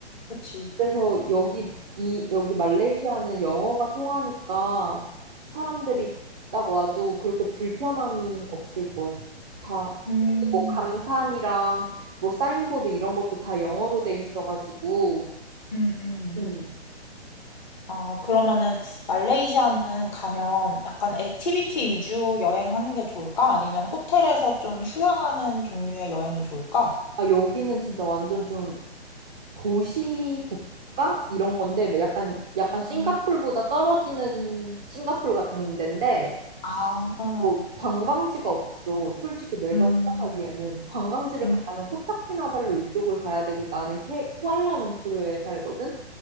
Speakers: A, on the left; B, in the centre.
A: 그치?
B: 그래서 여기 이 여기 말레이시아는 영어가 통하니까 사람들이 딱 와도 그렇게 불편함이 없을 거야. 다 그리고
A: 음.
B: 뭐 간판이랑 뭐 사인보드 이런 것도 다 영어로 돼 있어가지고
A: 음, 음.
B: 음.
A: 아, 그러면은 말레이시아는 가면 약간 액티비티 위주 여행하는 게 좋을까? 아니면 호텔에서 좀 휴양하는 종류의 여행이 좋을까?
B: 아 여기는 진짜 완전 좀 도시 국가 이런 건데 뭐 약간 약간 싱가폴보다
A: 음.
B: 떨어지는 싱가폴 같은 데인데
A: 아,
B: 뭐 관광지가 없어. 솔직히 내가
A: 음,
B: 생각하기에는 관광지를
A: 음,
B: 가려면 코타키나발루 이쪽을 가야 되고 나는 케, 쿠알라룸푸르에 살거든.